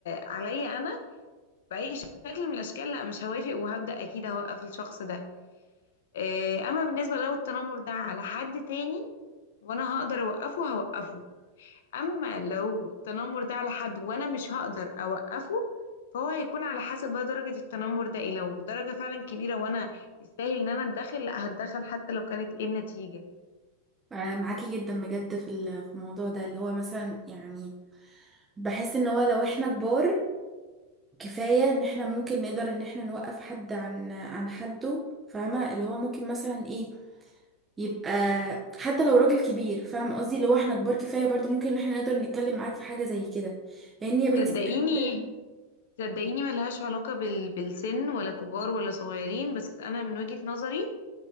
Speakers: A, on the left; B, on the right.
A: عليا انا باي شكل من الاشكال لا مش هوافق وهبدا اكيد هوقف الشخص ده إيه، اما بالنسبه لو التنمر ده على حد تاني وانا هقدر اوقفه هوقفه اما لو التنمر ده على حد وانا مش هقدر اوقفه فهو هيكون على حسب بقى درجه التنمر ده ايه لو درجه فعلا كبيره وانا يستاهل ان انا اتدخل لا هتدخل حتى لو كانت ايه النتيجه
B: آه، معاكي جدا بجد في ال- في الموضوع ده اللي هو مثلا يعني بحس ان هو لو احنا كبار كفاية ان احنا ممكن نقدر ان احنا نوقف حد عن عن حده فاهمة اللي هو ممكن مثلا ايه يبقى حتى لو راجل كبير فاهم قصدي لو احنا كبار كفاية برضو ممكن ان احنا نقدر نتكلم معاك في حاجة زي كده لان يا بنتي
A: تصدقيني
B: بجد
A: صدقيني ملهاش علاقة بال... بالسن ولا كبار ولا صغيرين بس أنا من وجهة نظري